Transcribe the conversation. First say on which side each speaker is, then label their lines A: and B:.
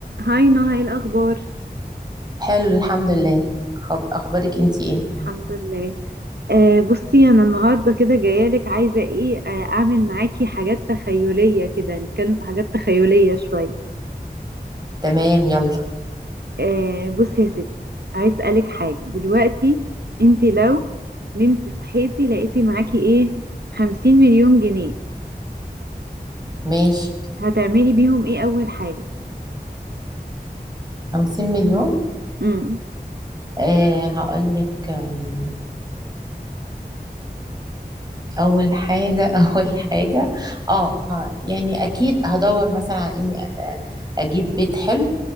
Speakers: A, on the right; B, on the right.
A: هاي نهى ايه الاخبار
B: حلو الحمد لله خب اخبارك انتي ايه
A: الحمد لله آه بصي انا النهارده كده جايالك عايزه ايه آه اعمل معاكي حاجات تخيليه كده نتكلم في حاجات تخيليه شويه
B: تمام يلا
A: آه بصي يا ستي عايز اسالك حاجه دلوقتي انتي لو نمتي صحيتي لقيتي معاكي ايه خمسين مليون جنيه
B: ماشي
A: هتعملي بيهم ايه اول حاجه
B: خمسين مليون
A: امم
B: آه هقولك آم، اول حاجة <laughs> اول حاجة اه ه- يعني اكيد هدور مثلا على اني آه، اجيب بيت حلو